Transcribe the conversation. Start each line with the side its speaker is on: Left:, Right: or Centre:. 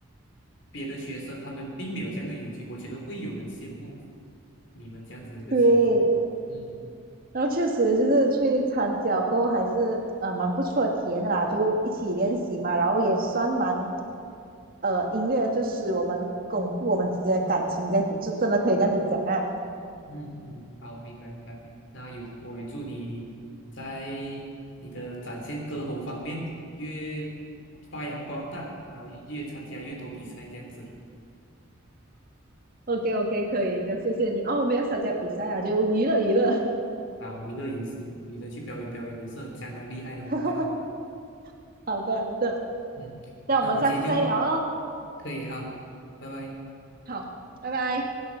Left: 别的学生他们并没有这样的友情，我觉得会有人羡慕你们这样子的一个情况。
Right: 对，
Left: 嗯
Right: 然后确实就是去参加过后还是呃蛮不错的体验的啦，就一起练习嘛，然后也算蛮呃音乐就使我们巩固我们之间的感情，这样子就真的可以这样子讲啊。
Left: 嗯嗯，好，明白明白。那有，我也祝你在你的展现歌喉方面越发扬光大，然后越越参加越多比赛这样子。
Right: OK OK，可以的，谢谢你哦。我没有参加比赛啊，就娱乐娱乐。
Left: 啊，娱乐也是，娱乐去表演表演也是很相当厉害的嘛，
Right: <laughs>
Left: 对吧？
Right: 好的好的，
Left: 嗯，
Right: 那我们下次再聊喽。
Left: 那我们今天就可以好，拜拜。
Right: 好，拜拜。